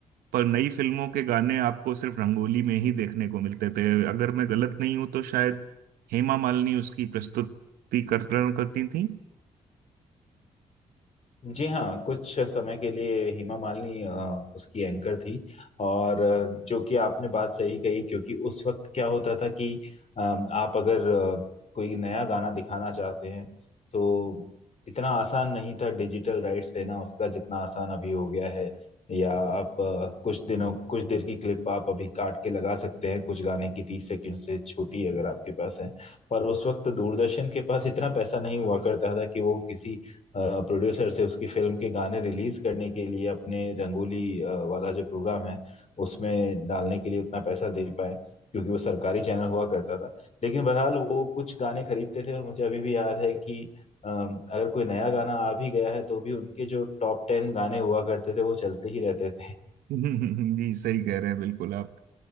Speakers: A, on the right; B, on the left.
A: पर नई फिल्मों के गाने आपको सिर्फ रंगोली में ही देखने को मिलते थे अगर मैं गलत नहीं हूं तो शायद हेमा मालिनी उसकी प्रस्तुतिकरण करती थी
B: जी हाँ कुछ समय के लिए हेमा मालिनी अ, उसकी एंकर थी और अ, जो कि आपने बात सही कही क्योंकि उस वक्त क्या होता था कि अ, आप अगर अ, कोई नया गाना दिखाना चाहते हैं तो इतना आसान नहीं था डिजिटल राइट्स लेना उसका जितना आसान अभी हो गया है या आप अ, कुछ दिनों कुछ देर की क्लिप आप अभी काट के लगा सकते हैं कुछ गाने की तीस सेकंड से छोटी अगर आपके पास है पर उस वक्त दूरदर्शन के पास इतना पैसा नहीं हुआ करता था कि वो किसी प्रोड्यूसर से उसकी फिल्म के गाने रिलीज करने के लिए अपने रंगोली अ, वाला जो प्रोग्राम है उसमें डालने के लिए उतना पैसा दे पाए क्योंकि वो सरकारी चैनल हुआ करता था लेकिन बहरहाल वो कुछ गाने खरीदते थे और मुझे अभी भी याद है कि अ, अगर कोई नया गाना आ भी गया है तो भी उनके जो टॉप टेन गाने हुआ करते थे वो चलते ही रहते थे।
A: <laughs> जी सही कह रहे हैं बिल्कुल आप